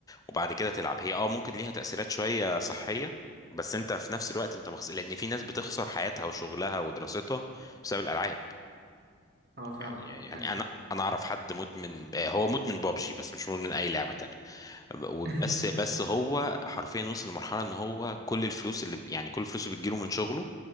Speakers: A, on the left; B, on the right.
A: وبعد كده تلعب هي اه ممكن ليها تأثيرات شوية صحية بس انت في نفس الوقت انت مخس... لان في ناس بتخسر حياتها وشغلها ودراستها بسبب الالعاب
B: اه فعلا
A: يعني يعني
B: معاك حق
A: انا انا اعرف حد مدمن آه، هو مدمن بابجي بس مش مدمن اي لعبه تانية وبس
B: <laughs>
A: بس هو حرفيا وصل لمرحله ان هو كل الفلوس اللي يعني كل الفلوس اللي بتجيله من شغله